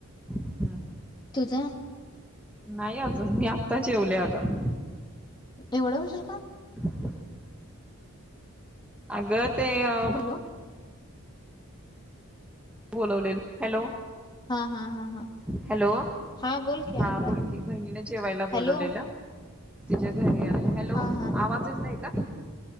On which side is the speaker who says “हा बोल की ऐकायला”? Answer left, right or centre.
Left